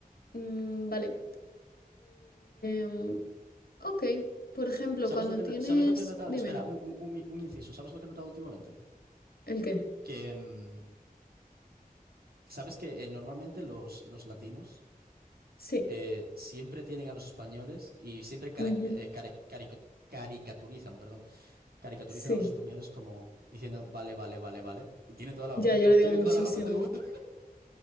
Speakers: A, on the left; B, on the right.
A: mm, vale. Em, ok, por ejemplo,
B: ¿Sabes
A: cuando
B: lo que,
A: tienes...
B: no- sabes lo que he notado?
A: Dime,
B: Espera, un, un- un- un inciso. ¿Sabes lo que he notado últimamente?
A: ¿el qué?
B: Que, mm, ¿sabes que eh, normalmente los, los latinos.
A: Sí.
B: eh, siempre tienen a los españoles y siempre cara-
A: ujú,
B: eh, care- carico- caricaturizan, perdón, caricaturizan
A: Sí.
B: a los españoles como diciendo, vale, vale, vale, vale. Y tienen toda la,
A: Ya, yo
B: to-
A: lo
B: tienen
A: digo muchísimo.
B: toda la razón del mundo. <laughs>